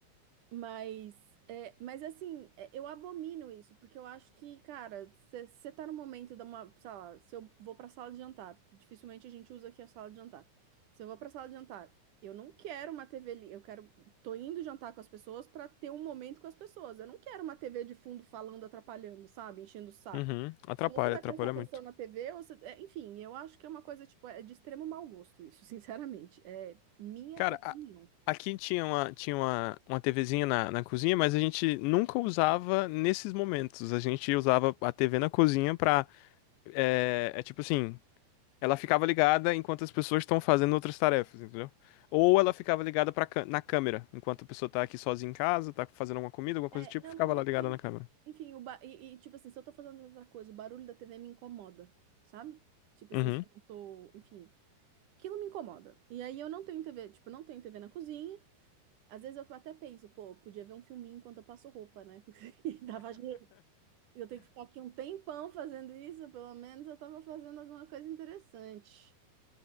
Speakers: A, on the right; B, on the left.
A: Mas, é, mas assim, é, eu abomino isso, porque eu acho que, cara, você tá no momento da uma, sei lá, se eu vou pra sala de jantar, porque dificilmente a gente usa aqui a sala de jantar. Se eu vou pra sala de jantar, eu não quero uma TV ali, eu quero, tô indo jantar com as pessoas pra ter um momento com as pessoas. Eu não quero uma TV de fundo falando, atrapalhando, sabe? Enchendo o saco.
B: Uhum, atrapalha,
A: Ou Você vai
B: atrapalha
A: prestar atenção
B: muito.
A: na TV, ou você... é, enfim, eu acho que é uma coisa, tipo, é de extremo mau gosto isso, <laughs> sinceramente. É minha
B: Cara,
A: opinião.
B: a- aqui tinha uma, tinha uma, uma TVzinha na, na cozinha, mas a gente nunca usava nesses momentos. A gente usava a TV na cozinha pra. É, é tipo assim, ela ficava ligada enquanto as pessoas estão fazendo outras tarefas, entendeu? Ou ela ficava ligada pra, cã- na câmera, enquanto a pessoa tá aqui sozinha em casa, tá fazendo alguma comida, alguma
A: É,
B: coisa do tipo,
A: não,
B: ficava
A: mas é
B: lá
A: que,
B: ligada na câmera.
A: enfim, o ba... e, e, tipo assim, se eu tô fazendo outra coisa, o barulho da TV me incomoda, sabe? Tipo
B: Uhum.
A: assim, se eu não tô, enfim, aquilo me incomoda. E aí eu não tenho TV, tipo, eu não tenho TV na cozinha. Às vezes eu até penso, pô, eu podia ver um filminho enquanto eu passo roupa, né? <laughs> Porque dava jeito. Eu tenho que ficar aqui um tempão fazendo isso, pelo menos eu tava fazendo alguma coisa interessante.